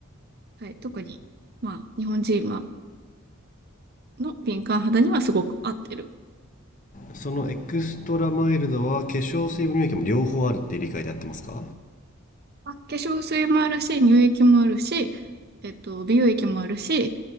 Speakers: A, on the right; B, on the left.
A: はい、特に、まあ、日本人は、の敏感肌にはすごく合ってる。
B: そのエクストラマイルドは化粧水も乳液も両方あるっていう理解でやってますか
A: あ、化粧水もあるし、乳液もあるし、えっと、美容液もあるし、